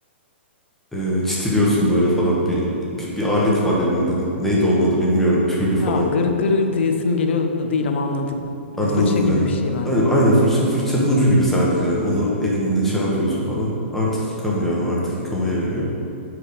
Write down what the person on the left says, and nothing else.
Ya
gır gır gır diyesim geliyor da değil ama anladım.
Evet fırça gibi
bir şey var.